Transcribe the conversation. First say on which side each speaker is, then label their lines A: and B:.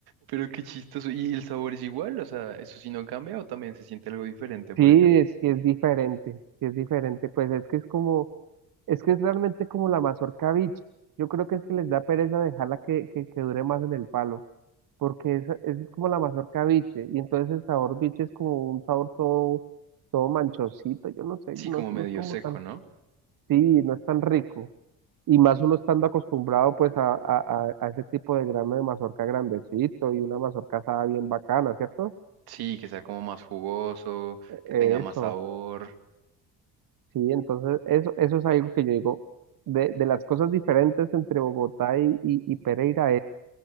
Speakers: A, on the right; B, on the right.
A: Pero qué chistoso. ¿Y el sabor es igual? O sea, ¿eso sí no cambia o también se siente algo diferente, por
B: Sí,
A: ejemplo?
B: es- sí es diferente, sí es diferente, pues es que es como... Es que es realmente como la mazorca biche. Yo creo que es que les da pereza dejarla que, que, que dure más en el palo, porque esa- es, como la mazorca biche, y entonces el sabor biche es como un sabor todo, todo manchosito, yo no sé,
A: Sí,
B: no,
A: como
B: es-
A: medio
B: no es como
A: seco,
B: tan,
A: ¿no?
B: sí, no es tan rico. Y más uno estando acostumbrado pues a, a, a- a ese tipo de grano de mazorca grandecito y una mazorca asada bien bacana, ¿cierto?
A: Sí, que sea como más jugoso, que
B: Eso,
A: tenga más sabor.
B: sí, entonces eso, eso es algo que yo digo, de, de las cosas diferentes entre Bogotá y, y, y Pereira,